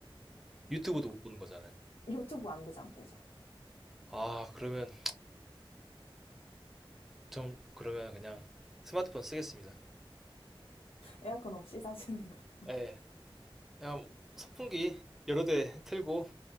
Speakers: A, in the centre; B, on the left.
A: 유튜브도 못 보는 거잖아요.
B: 유튜브 안 되죠, 안 되죠.
A: 아, 그러면 전 그러면 그냥 스마트폰 쓰겠습니다.
B: 에어컨 없이 사시는 걸로.
A: 예. 그냥 선풍기 여러 대 틀고